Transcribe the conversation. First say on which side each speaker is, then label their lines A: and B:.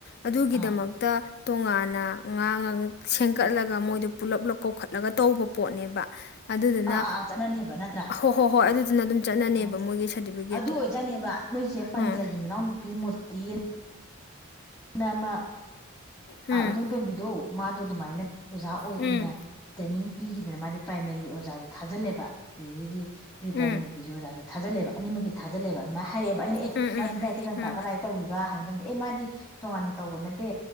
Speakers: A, on the left; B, on the left.
A: ꯑꯗꯨꯒꯤꯗꯃꯛꯇ
B: ꯑꯥ
A: ꯇꯣꯉꯥꯟꯅ ꯉꯥꯡ ꯁ ꯀꯠꯂꯒ ꯃꯣꯏꯗꯣ ꯄꯨꯜꯂꯞꯂꯞ ꯀꯧꯈꯠꯂꯒ ꯇꯧꯕ ꯄꯣꯠꯅꯦꯕ ꯑꯗꯨꯗꯨꯅ
B: ꯑꯥ ꯑꯥ ꯑꯥ ꯆꯠꯅꯅꯦꯕ ꯅꯠꯇ꯭ꯔꯥ
A: ꯍꯣꯏ ꯍꯣꯏ ꯍꯣꯏ ꯑꯗꯨꯗꯨꯅ ꯑꯗꯨꯝ ꯆꯠꯅꯅꯦꯕ
B: ꯑꯣ
A: ꯃꯣꯏꯒꯤ ꯁꯥꯔꯇꯤꯐꯤꯀꯦꯠꯇꯣ
B: ꯑꯗꯨ ꯑꯣꯏꯖꯅꯦꯕ ꯅꯣꯏꯁꯦ ꯄꯟꯆꯒꯤ
A: ꯎꯝ
B: ꯃꯅꯥꯎꯅꯨꯄꯤ ꯃꯨꯔꯇꯤ ꯅꯃ
A: ꯎꯝ
B: ꯑꯥ ꯏꯇꯣꯟꯝꯇꯣꯝꯕꯤꯗꯣ ꯃꯥꯗꯣ ꯑꯗꯨꯃꯥꯏꯅ ꯑꯣꯖꯥ ꯑꯣꯏꯅ
A: ꯎꯝ
B: ꯇ꯭ꯔꯦꯅꯤꯡ ꯄꯤꯈꯤꯗꯅ ꯃꯥꯗꯤ ꯄ꯭ꯔꯥꯏꯃꯥꯔꯤ ꯑꯣꯖꯥꯁꯨ ꯊꯥꯖꯤꯜꯂꯦꯕ ꯑꯗꯒꯤꯗꯤ ꯄ
A: ꯎꯝ
B: ꯄ꯭ꯔ ꯃꯤꯒꯤꯖ ꯊꯥꯖꯜꯂꯦꯕ ꯑꯅꯤꯃꯛꯀꯤ ꯊꯥꯖꯤꯜꯂꯦꯕ ꯑꯗꯨꯥꯏꯅ ꯍꯥꯏꯔꯛꯑꯦꯕ ꯑꯩꯅ ꯑꯦ
A: ꯎꯝ
B: ꯃꯥꯗꯤ
A: ꯎꯝ
B: ꯗꯥꯏꯇꯤ ꯀꯀꯥ
A: ꯎꯝ
B: ꯀꯗꯥꯏ ꯇꯧꯔꯤꯕꯣ ꯍꯥꯏꯕ ꯃꯇꯝꯗ ꯑꯦ ꯃꯥꯗꯤ ꯇꯣꯉꯥꯟꯅ ꯇꯧꯕ ꯅꯠꯇꯦ